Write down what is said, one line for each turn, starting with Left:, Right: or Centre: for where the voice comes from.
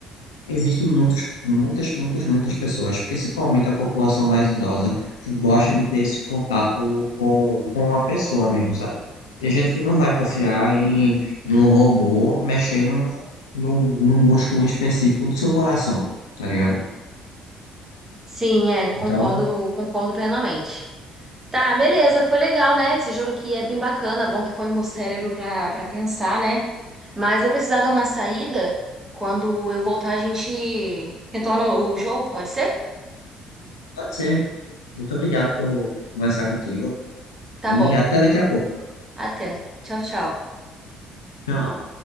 Left: Existem muitas muitas, muitas, muitas pessoas, principalmente a população mais idosa, que gosta de ter esse contato com, com a pessoa mesmo, sabe? Tem gente que não vai confiar em, em um robô mexendo no, no músculo específico do seu coração, tá ligado?
Right: Sim, é, concordo,
Left: Então,
Right: concordo plenamente. Tá, beleza, foi legal, né? Esse jogo aqui é bem bacana, bom que põe o meu cérebro pra, pra pensar, né? Mas vou precisar dar uma saída. Quando eu voltar, a gente retorna o jogo, pode ser?
Left: pode ser. Muito obrigado por conversar contigo
Right: Tá
Left: e
Right: bom.
Left: até daqui a pouco.
Right: Até. Tchau, tchau.
Left: Tchau.